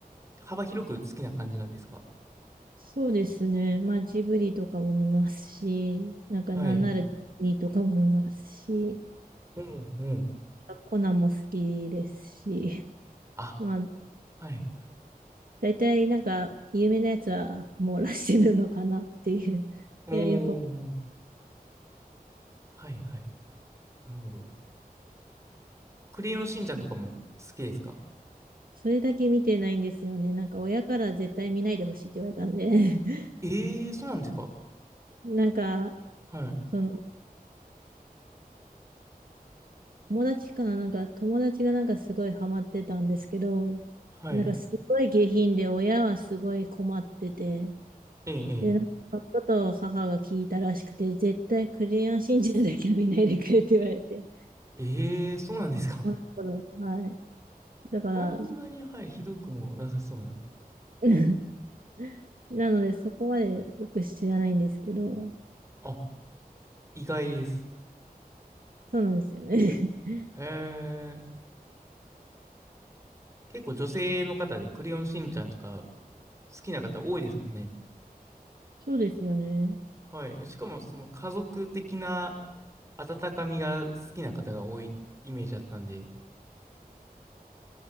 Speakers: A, on the right; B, on the right.
A: 幅広く好きな感じなんですか
B: そうですね。まあ、ジブリとかも見ますし、なんか、
A: はい。
B: なんならディズニーとかも見ますし、
A: うんうん。
B: コナンも好きですし、
A: あ、
B: まあ、
A: はい。
B: 大体なんか、有名なやつは網羅してるのかなっていう。
A: お
B: いや、よく
A: ー、はいはい。なるほど。クレヨンしんちゃんとかも好きですか
B: それだけ見てないんですよね。なんか親から絶対見ないでほしいって言われたんで <laughs>
A: ええー、そうなんですか
B: なんか、
A: はい。
B: その、友達かななんか友達がなんかすごいハマってたんですけど、
A: はい。
B: なんかすごい下品で親はすごい困ってて、
A: ええ、ええ。
B: で、なんかそのことを母が聞いたらしくて、絶対クレヨンしんちゃんだけは見ないでくれって言われて、
A: ええ、そうなんですか。
B: この頃、はい。
A: <laughs>
B: だから、
A: そんなに、はい、ひどくもなさそうな。
B: <laughs> なのでそこまでよく知らないんですけど、
A: あ、意外です。
B: そうなんですよね。<laughs>
A: へえ。結構女性の方でクレヨンしんちゃんとか好きな方多いですもんね。
B: そうですよね。
A: はい。しかも、その家族的な温かみが好きな方が多いイメージだったんで、